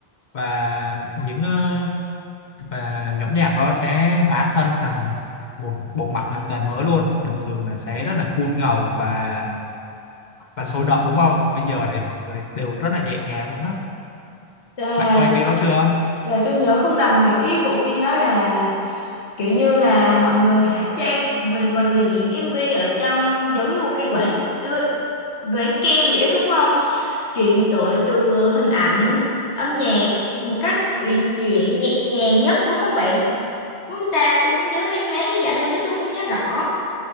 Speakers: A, on the left (about 45°); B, on the left (about 80°).
A: và những ờ, và nhóm nhạc đó sẽ hóa thân thành một bộ mặt hoàn toàn mới luôn. Bình thường là sẽ rất là cool ngầu và và sôi động đúng không? Bây giờ thì mọi người đều rất là nhẹ nhàng luôn đó.
B: Là
A: bạn coi MV đó chưa
B: là tôi nhớ không lầm mà cái bộ phim đó là kiểu như là mọi người hóa trang mọi, mọi người diễn MV ở trong giống như một cái quảng quảng kem vậy đó, đúng không chuyển đổi từ ờ, hình ảnh âm nhạc một cách uyển chuyển nhẹ nhàng nhất đúng không bạn đúng không ta tôi cũng nhớ mang máng như vậy thôi chứ tôi không nhớ rõ